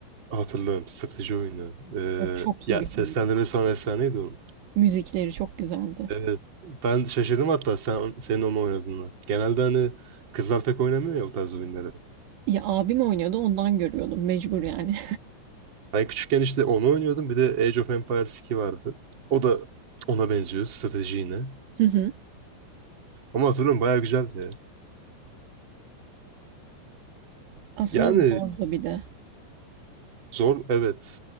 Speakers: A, on the right (about 35°); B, on the right (about 75°).
A: Hatırlıyorum. Strateji oyunu. Ee,
B: O çok
A: ya
B: iyi bir
A: seslendirmesi
B: oyun.
A: falan efsaneydi o.
B: Müzikleri çok güzeldi.
A: Evet. Ben şaşırdım hatta sen senin onu oynadığına. Genelde hani kızlar pek oynamıyor ya o tarz oyunları.
B: Ya abim oynuyordu ondan görüyordum mecbur yani.
A: Ben küçükken işte onu oynuyordum. Bir de Age of Empires 2 vardı. O da ona benziyor strateji yine.
B: <laughs> Hı hı.
A: Ama hatırlıyorum bayağı güzeldi ya.
B: Aslında
A: Yani
B: zordu bir de.
A: zor evet